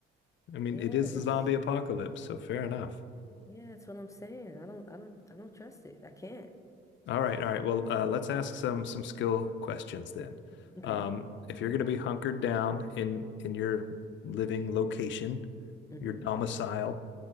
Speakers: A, on the left (about 70°); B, on the left (about 15°).
A: I mean,
B: Yeah,
A: it is
B: it's
A: the zombie apocalypse, so fair enough.
B: yeah, that's what I'm saying. I don't I don't I don't trust it. I can't.
A: All right, all right. Well, uh, let's ask some some skill questions then.
B: Okay.
A: Um, if you're going to be hunkered down in in your living location,
B: hmm
A: your domicile,